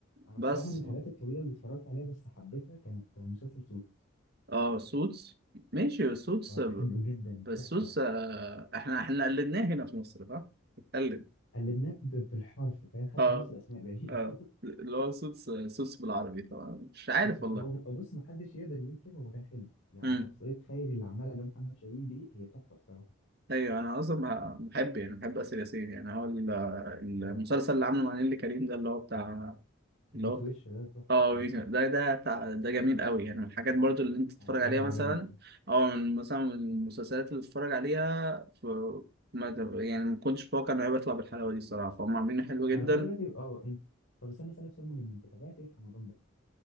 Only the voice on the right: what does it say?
بس
اه سوتس ماشي سوتس
بس
سوتس آه احنا احنا قلدناه هنا في مصر صح؟ اتقلد
اه
اه
اللي هو سوتس سوتس بالعربي طبعا مش عارف
والله
ايوه انا اصلا بح- بحب يعني بحب اسر ياسين يعني هو ال-
المسلسل اللي عامله مع نيللي كريم ده اللي هو بتاع
اللي هو
اه
مين- ده ده بتاع- ده جميل قوي يعني من الحاجات برضو اللي انت تتفرج
عليها
مثلا او من مثلا من المسلسلات اللي تتفرج عليها في ما ت- يعني ما كنتش متوقع انه هيطلع بالحلاوه دي الصراحه فهم عاملينه حلو جدا